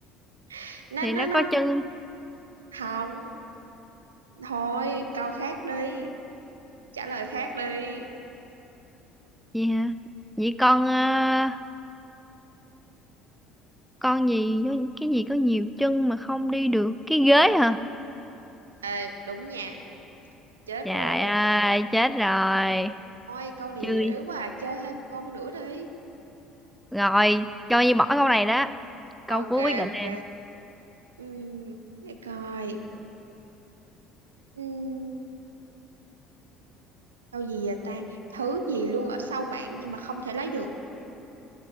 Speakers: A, on the right; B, in the centre.
A: <laughs> Nó
B: Thì
A: nó
B: nó
A: nó
B: có chân
A: Không Thôi câu khác đi Trả lời khác đi
B: gì hả? Vậy con ờ, con gì có cái gì có nhiều chân mà không đi được cái ghế hả
A: Ê đúng nha Chết
B: trời
A: rồi
B: ơi chết rồi
A: Ôi câu này
B: chơi
A: dễ quá à. Chơi thêm một câu nữa đi
B: rồi cho như bỏ câu này đó câu
A: Ok
B: cuối quyết định
A: ok
B: nè
A: Ừm, Để coi Ừm, Câu gì vậy ta Thứ gì luôn ở sau bạn nhưng mà không thể lấy được